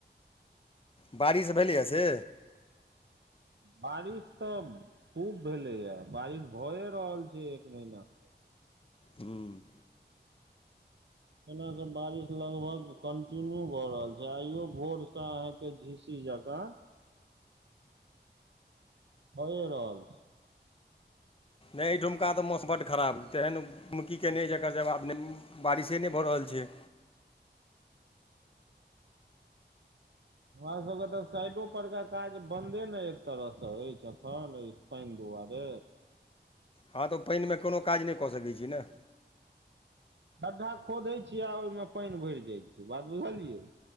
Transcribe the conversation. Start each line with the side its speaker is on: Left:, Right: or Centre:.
Left: बारिश भेलैए से?
Right: बारिश तऽ खूब भेलै या, बारिश भए रहल छय एक महीना से।
Left: हूँ।
Right: एने त बारिश लगभग कंटिन्यू भऽ रहल छय, आइयो भोरस अहाँके झीसी जकाँ भए रहल छय।
Left: नय ई ढुमका तऽ मौस बड़ खराब। तेहन की केने अछि, जेकर जवाब नय, बारिशे नय भऽ रहल छय।
Right: हमरा सबके तऽ साइडो पर के काज बंदे ने एक तरहसँ अछि एखन अछि। पैन दुवारे।
Left: हँ तऽ, ओ पैन में कोनो काज नय कऽ सके छी नऽ।
Right: गढ्ढा खोदै छियै, आऽ ओहिमे पैन भैर जाइ छय, बात बुझलियै।